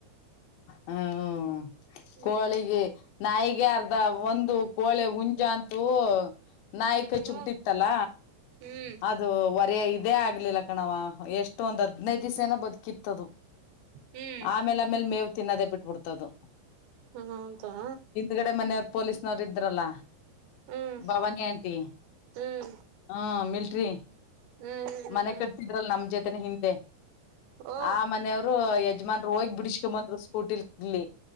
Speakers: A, on the left; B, on the right.
A: ಹ್ಮ
B: ಹ್ಮ್
A: ಕೋಳಿಗೆ ನಾಯಿಗೆ ಅರ್ಧ ಒಂದು ಕೋಳೆ ಉಂಜ ಅಂತು ಓ ನಾಯ್ಕ ಕಚ್
B: ಓ
A: ಬಿಟ್ಟಿತ್ತಲ್ಲ
B: ಹ್ಮ್
A: ಅದು ವರೇ ಅದೇ ಆಗ್ಲಿಲ್ಲ ಕಣವ್ವ ಎಷ್ಟು ಒಂದ್ ಅದಿನೈದು ದಿವಸ ಏನ ಬದುಕಿತ್ತು ಅದು
B: ಹ್ಮ್
A: ಆಮೇಲೆ ಆಮೇಲೆ ಮೇವು ತಿನ್ನದೇ ಬಿಟ್ಟು ಟ್ಬಿಡ್ತದು
B: ಹ್ಮ ಹೌದಾ
A: ಈ ಕಡೆ ಮನೆಯವರು ಪೊಲೀಸ್ನವರು ಇದ್ರಲ್ಲ
B: ಹ್ಮ್
A: ಭವಾನಿ ಆಂಟಿ
B: ಹ್ಮ್
A: ಹ್ ಮಿಲ್ಟ್ರಿ
B: ಹ್ಮ್
A: ಮನೆ
B: ಹ್ಮ್
A: ಕಟ್ತಿದ್ರಲ್ ನಮ ಜೊತೆನೆ ಹಿಂದೆ
B: ಓ
A: ಆ ಮನೆಯವ್ರು ಯಜಮಾನ್ರು ಹೋಗಿ ಬಿಡಿಸಿಕೊಂಡು ಬಂದರು ಸ್ಕೂಟಿಲಿ ಇಲ್ಲಿ